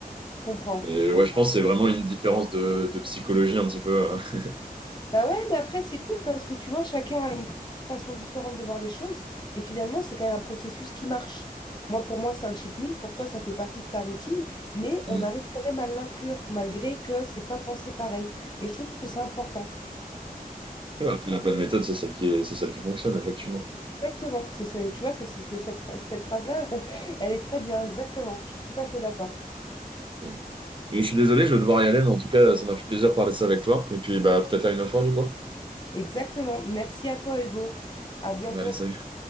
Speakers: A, on the left; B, on the right.
A: je comprends,
B: Et
A: je comprends.
B: ouais, je pense que c'est vraiment une différence de, de psychologie un petit peu. euh. <laughs>
A: Bah ouais, mais après, c'est cool parce que tu vois, chacun a une façon différente de voir les choses. Et finalement, c'est quand même un processus qui marche. Moi, pour moi, c'est un cheat meal. Pour toi, ça fait partie de ta routine. Mais on
B: Mm.
A: arrive quand même à l'inclure, malgré que c'est pas pensé pareil. Et je trouve que c'est important.
B: Ouais, Après, la bonne méthode, c'est celle qui est, c'est celle qui fonctionne, effectivement.
A: Exactement. C'est, c'est- tu vois, c'est, c'est- c'est cette phrase, cette phrase-là, <laughs> elle est très bien. Exactement. Je suis tout à fait d'accord.
B: Mm. Mais je suis désolé, je vais devoir y aller, mais en tout cas, ça m'a fait plaisir de parler de ça avec toi. Et puis, bah, peut-être à une autre fois, du coup.
A: Exactement. Merci à toi, Hugo. À bientôt.
B: Allez, salut.